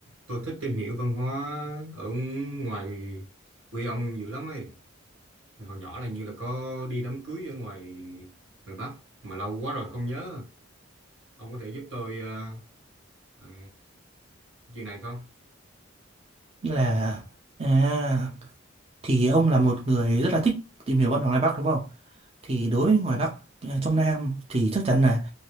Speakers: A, on the right; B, on the right.
A: tôi thích tìm hiểu văn hóa ở ngoài quê ông dữ lắm ấy hồi nhỏ là như là có đi đám cưới ở ngoài ngoài Bắc mà lâu quá rồi không nhớ ông có thể giúp tôi ờ, ờ, chuyện này không
B: là à, thì ông là một người rất là thích tìm hiểu văn hóa ngoài Bắc đúng không? Thì đối với ngoài Bắc à, trong Nam thì chắc chắn là